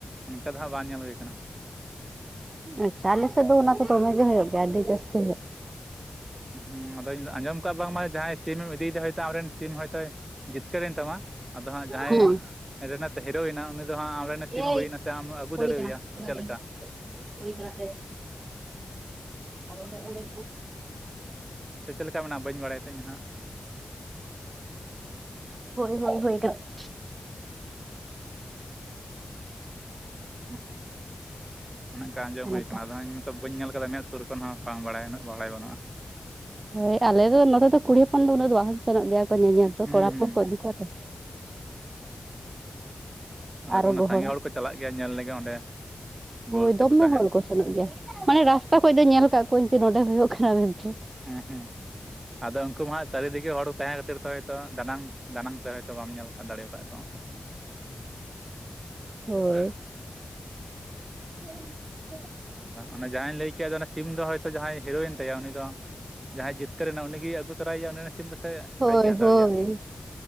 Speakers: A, on the right; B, on the right.
A: ᱚᱱᱠᱟ ᱫᱚ ᱦᱟᱸᱜ ᱵᱟᱝ ᱧᱮᱞ ᱦᱩᱭ ᱠᱟᱱᱟ
B: ᱟᱪᱷᱟ ᱟᱞᱮ ᱥᱮ ᱫᱩ ᱚᱱᱟ ᱠᱚ ᱫᱚ ᱵᱟᱝ ᱜᱮ ᱦᱩᱭᱩᱜ ᱜᱮᱭ ᱜᱟᱰᱤ ᱡᱟᱹᱥᱛᱤ
A: ᱦᱮᱸ ᱟᱫᱚᱧ ᱟᱸᱡᱚᱢ ᱠᱟᱜ ᱵᱟᱝᱢᱟ ᱡᱟᱦᱟᱸᱭ ᱥᱤᱢ ᱤᱫᱤᱭᱟᱛ ᱟᱢᱨᱮᱱ ᱥᱤᱢ ᱦᱚᱭᱛᱳ ᱡᱤᱛᱠᱟᱹᱨ ᱮᱱ ᱛᱟᱢᱟ ᱟᱫᱚ ᱦᱟᱸᱜ ᱡᱟᱦᱟᱸᱭ
B: ᱦᱩᱸ
A: ᱨᱮᱱᱟᱜ ᱦᱤᱨᱳᱭᱮᱱᱟ ᱩᱱᱤ ᱫᱚ ᱦᱟᱸᱜ ᱟᱢᱱ ᱥᱤᱢ
B: ᱮᱭ
A: ᱦᱩᱭᱱᱟ ᱥᱮ ᱟᱢ ᱟᱹᱜᱩ
B: ᱦᱩᱭ
A: ᱫᱟᱲᱮᱣᱟᱭᱟ
B: ᱠᱟᱱᱟ
A: ᱥᱮ
B: ᱵᱟᱜᱟᱣ
A: ᱪᱮᱫ
B: ᱵᱟᱹᱧ
A: ᱞᱮᱠᱟ?
B: ᱦᱩᱭ ᱠᱟᱱᱟ ᱥᱮ ᱚᱸᱰᱮ ᱚᱸᱰᱮ
A: ᱥᱮ ᱪᱮᱫ ᱞᱮᱠᱟ ᱢᱮᱱᱟᱜᱼᱟ ᱵᱟᱹᱧ ᱵᱟᱲᱟᱭᱟ ᱛᱚ ᱤᱧ ᱦᱟᱸᱜ
B: ᱦᱳᱭ ᱦᱳᱭ ᱦᱳᱭ <inaudible> <unintelligible> <unintelligible>
A: ᱚᱱᱮ ᱚᱱᱠᱟ ᱟᱸᱡᱚᱢ
B: ᱚᱱᱟᱛᱮ
A: ᱦᱩᱭ ᱟᱠᱟᱱᱟ ᱟᱫᱚ ᱤᱧ ᱱᱤᱛᱚᱜ ᱵᱟᱹᱧ ᱧᱮᱞ ᱠᱟᱫᱟ ᱢᱮᱥ ᱥᱩᱨ ᱠᱷᱚᱱ ᱦᱚᱸ ᱵᱟᱝ ᱵᱟᱲᱟᱭ ᱩᱱᱟᱹ ᱵᱟᱲᱟᱭ ᱵᱟᱹᱱᱩᱜᱼᱟ
B: ᱦᱳᱭ ᱟᱞᱮ ᱫᱚ ᱱᱚᱛᱮ ᱫᱚ ᱠᱩᱲᱤ ᱦᱚᱯᱚᱱ ᱫᱚ ᱩᱱᱟᱹᱜ ᱫᱚ ᱵᱟᱝ ᱥᱮᱱᱚᱜ ᱜᱮᱭᱟ ᱧᱮᱧᱮᱞ ᱛᱚ
A: ᱦᱩᱸ
B: ᱠᱚᱲᱟ ᱦᱚᱯᱚᱱ
A: ᱦᱩᱸ
B: ᱠᱚ ᱤᱫᱤ ᱠᱚᱣᱟ ᱛᱚ
A: ᱚᱸᱰᱮ
B: ᱟᱨᱚ
A: ᱠᱚ
B: ᱜᱚᱦᱚᱲᱟᱭ
A: ᱥᱟᱸᱜᱮ ᱦᱚᱲ ᱠᱚ ᱪᱟᱞᱟᱜ ᱜᱮᱭᱟ ᱧᱮᱞ ᱞᱮᱜᱮ ᱚᱸᱰᱮ
B: ᱦᱳᱭ
A: ᱜᱳᱞ ᱛᱮᱠᱚ
B: ᱫᱚᱢᱮ
A: ᱛᱟᱦᱮᱱ
B: ᱦᱚᱲ ᱠᱚ ᱥᱮᱱᱚᱜ ᱜᱮᱭᱟ ᱢᱟᱱᱮ ᱨᱟᱥᱛᱟ ᱠᱷᱚᱱ ᱫᱚ ᱧᱮᱞ ᱠᱟᱜ ᱠᱚᱣᱟᱹᱧ ᱡᱮ ᱱᱚᱸᱰᱮ ᱦᱩᱭᱩᱜ ᱠᱟᱱᱟ ᱢᱮᱱᱛᱮ
A: ᱦᱮᱸ ᱦᱮᱸ ᱟᱫᱚ ᱩᱱᱠᱩ ᱢᱟ ᱦᱟᱸᱜ ᱪᱟᱨᱮ ᱫᱤᱜᱮ ᱦᱚᱲ ᱠᱚ ᱛᱟᱦᱮᱸ ᱠᱷᱟᱹᱛᱤᱨ ᱛᱮ ᱫᱟᱱᱟᱝ ᱫᱟᱱᱟᱝ ᱛᱮ ᱵᱟᱢ ᱧᱮᱞ ᱫᱟᱲᱮᱠᱟᱫ ᱠᱚᱣᱟ ᱚᱱᱠᱟ
B: ᱦᱳᱭ <inaudible>
A: ᱚᱱᱟᱮ ᱡᱟᱦᱟᱸᱧ ᱞᱟᱹᱭ ᱥᱤᱢ ᱫᱚ ᱦᱚᱭᱛᱚ ᱡᱟᱦᱟᱸᱭ ᱦᱤᱨᱳᱭᱤᱱ ᱛᱟᱭᱟ ᱩᱱᱤ ᱫᱚ ᱡᱟᱦᱟᱸᱭ ᱡᱤᱛᱠᱟᱹᱨ ᱮᱱᱟ ᱩᱱᱤᱜᱮᱭ ᱟᱹᱜᱩ ᱛᱚᱨᱟᱭᱮ ᱟ ᱩᱱᱤ ᱥᱤᱢ ᱫᱚ ᱥᱮ
B: ᱦᱳᱭ
A: ᱟᱡᱜᱮ ᱦᱟᱛᱟᱣᱮᱭᱟ
B: ᱦᱳᱭ